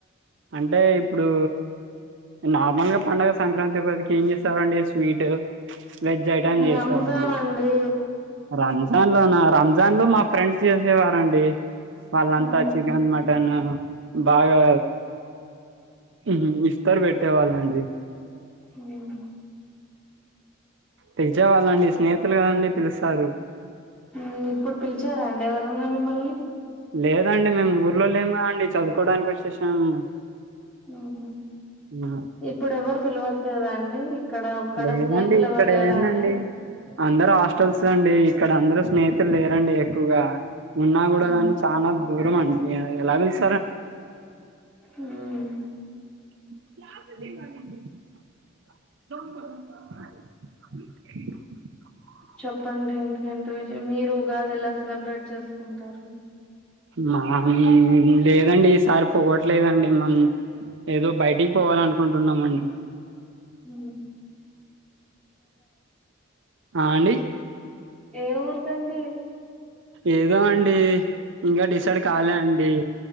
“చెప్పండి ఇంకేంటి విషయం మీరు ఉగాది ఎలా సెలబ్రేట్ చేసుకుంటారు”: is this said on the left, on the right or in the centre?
Centre